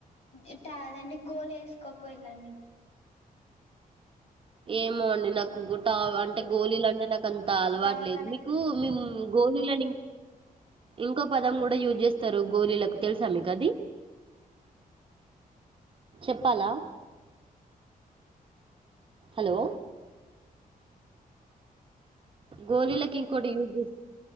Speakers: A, on the left; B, on the right.
A: ఇట్టా అదండి గోలు వేసుకోపోయిలాండి
B: ఏమో అండి నాకు గోట్ట అంటే
A: గోళ
B: గోళిలు అంటే నాకు అంత అలవాటులేదు
A: దవాఖానకి
B: మీకు
A: వెళ్ళి గోళ
B: మీ గోలీలని ఇంకో పదం కూడా యూజ్ చేస్తారు గోలీలకు తెలుసా మీకు అది చెప్పాలా హలో గోలిలకి ఇంకోటి యూజ్